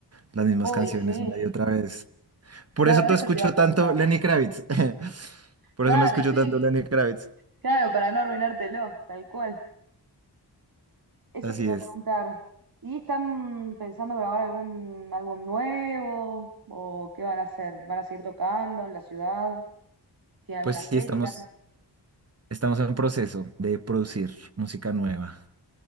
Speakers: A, on the right; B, on the right.
A: las mismas
B: Uy,
A: canciones
B: sí,
A: una y otra vez. Por
B: claro,
A: eso no
B: eso
A: escucho
B: te iba a preguntar.
A: tanto Lenny Kravitz. <laughs> Por
B: Claro,
A: eso no escucho
B: y sí,
A: tanto Lenny Kravitz.
B: claro, para no arruinártelo, tal cual. Eso
A: Así
B: te iba
A: es.
B: a preguntar. ¿Y están pensando grabar algún álbum nuevo? ¿O qué van a hacer? ¿Van a seguir tocando en la ciudad? ¿Tiene alguna
A: Pues sí,
B: fecha?
A: estamos, estamos en proceso de producir música nueva.